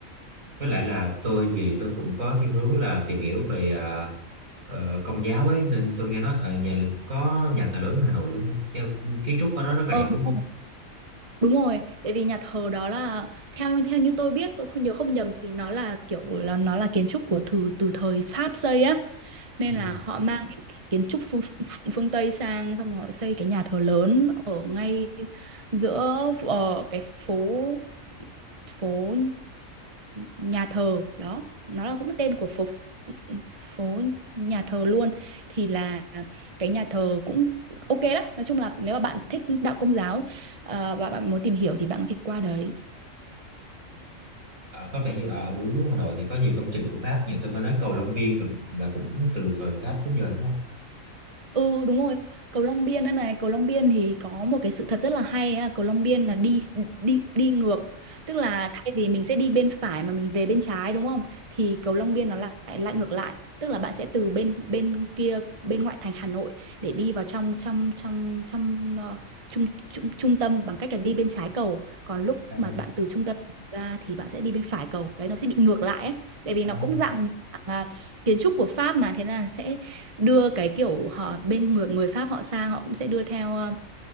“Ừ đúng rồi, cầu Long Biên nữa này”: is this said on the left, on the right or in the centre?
Right